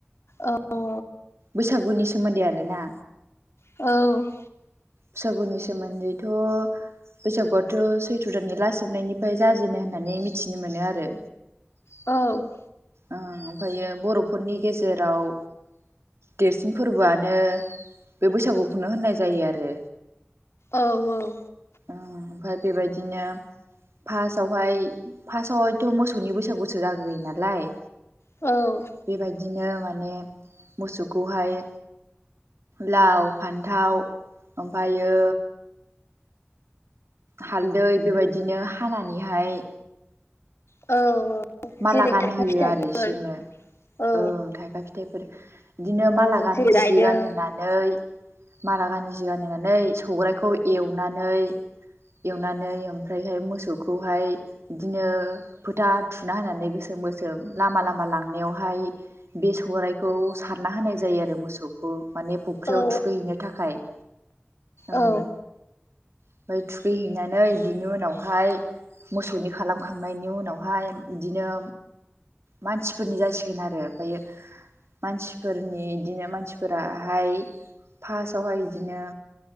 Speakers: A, on the left; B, on the right.
A: औ औ
B: बैसागुनि सोमोन्दै आरो ना
A: औ
B: बैसागुनि सोमोन्दैथ' बैसागुआथ' सैथ्र' दाननि लास जोबनायनिफ्राय जाजेनो होननानै मिथिनो मोनो आरो
A: औ
B: ओं ओमफायो बर'फोरनि गेजेराव देरसिन फोरबोआनो बे बैसागुखौनो होननाय जायो आरो
A: औ औ
B: ओं ओमफाय बेबायदिनो फास्स्टआवहाय फास्स्टआवहायथ' मोसौनि बैसागुसो जाग्रोयो नालाय
A: औ
B: बिबायदिनो माने मोसौखौहाय लाव फान्थाव ओमफायो हालदै बेबायदिनो हानानैहाय
A: औ औ
B: माला
A: जेरै
B: गानहोयो
A: थाइखा फिथाइफोर
B: आरो इसोरनो
A: औ
B: ओं थाइखा फिथाइफोर इदिनो माला
A: औ
B: गानहो
A: जेरै
B: सि
A: रायदों
B: गानहोना नानै माला गानोसे गानहोनानै सौरायखौ एवनानै एवनानै ओमफ्रायहाय मोसौखौहाय इदिनो फोथा थुना होनानै गोसोम गोसोम लामा लामा लांनायावहाय बे सौराइखौ सारना होनाय जायो आरो मोसौ <unintelligible> माने फुख्रियाव
A: औ
B: थुखैहैनो थाखाय ओं
A: औ
B: ओमफाय थुखैहैनानै बिनि उनावहाय मोसौनि खालामखांनायनि उनावहाय इदिनो मानसिफोरनि जासिगोन आरो ओमफायो मानसिफोरनि इदिनो मानसिफोराहाय फासावहाय इदिनो